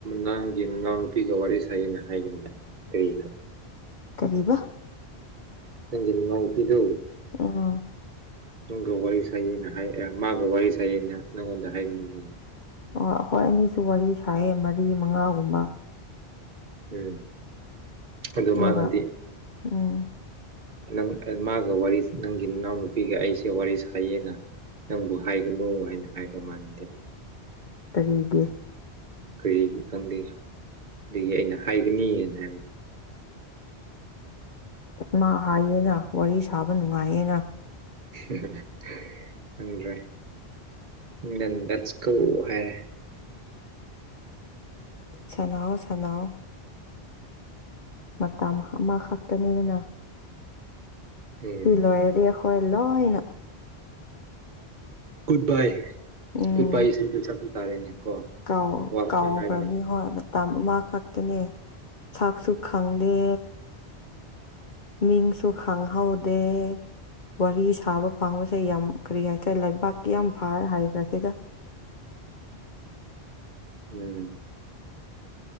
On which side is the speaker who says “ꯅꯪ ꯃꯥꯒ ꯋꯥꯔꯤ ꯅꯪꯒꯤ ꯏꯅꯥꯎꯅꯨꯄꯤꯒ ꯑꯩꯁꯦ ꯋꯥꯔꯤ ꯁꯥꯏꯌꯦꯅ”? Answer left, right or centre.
Right